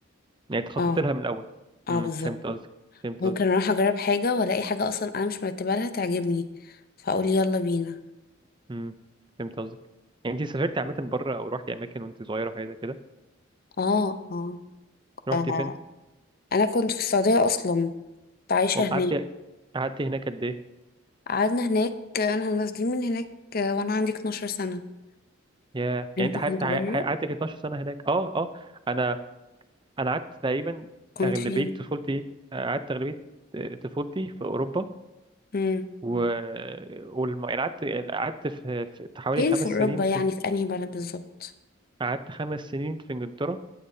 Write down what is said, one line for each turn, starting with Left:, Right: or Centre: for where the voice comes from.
Right: يعني تخططي
Left: اه
Right: لها من الاول
Left: اه
Right: مم.
Left: بالظبط
Right: فهمت قصدك فهمت
Left: ممكن
Right: قصدك
Left: اروح اجرب حاجة والاقي حاجة اصلا انا مش مرتبة لها تعجبني فاقول يلا بينا
Right: مم. فهمت قصدك يعني انت سافرتي عامه بره او رحتي اماكن وانت صغيره حاجه زي كده
Left: اه اه
Right: رحتي
Left: آه.
Right: فين
Left: انا كنت في السعودية اصلا كنت عايشة
Right: والله قعدت
Left: هناك
Right: قعدت هناك قد ايه
Left: قعدنا هناك انا نازلين من هناك وانا عندي 12 سنة
Right: يا
Left: انت
Right: يعني انت قعدت
Left: كنت
Right: قعدت
Left: بره
Right: 12 سنه هناك اه اه انا انا قعدت تقريبا
Left: كنت
Right: اغلبيه
Left: فين
Right: طفولتي آه، قعدت اغلبيه آه، طفولتي في اوروبا
Left: امم
Right: و والم... يعني قعدت قعدت في... في حوالي
Left: فين
Right: خمس
Left: في اوروبا
Right: سنين في
Left: يعني في انهي بلد بالظبط
Right: قعدت خمس سنين في انجلترا